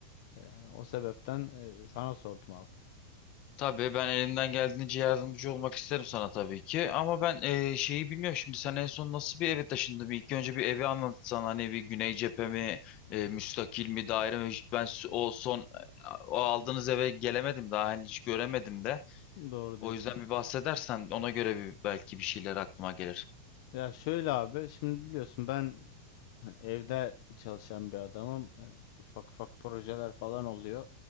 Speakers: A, on the left; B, on the left.
A: Ee, o sebepten e, sana sordum abi.
B: Tabii ben elimden geldiğince yardımcı olmak isterim sana tabii ki. Ama ben eee, şeyi bilmiyorum şimdi sen en son nasıl bir eve taşındın? Bir İlk önce bir evi anlatsan hani bir güney cephe mi, eee, müstakil mi, daire mi? Hiç Ben s- o son o aldığınız eve gelemedim daha hani hiç göremedim de.
A: Doğru
B: O
A: diyorsun.
B: yüzden bir bahsedersen ona göre bir belki bir şeyler aklıma gelir.
A: Ya şöyle abi şimdi biliyorsun ben hani evde çalışan bir adamım. Ee, ufak ufak projeler falan oluyor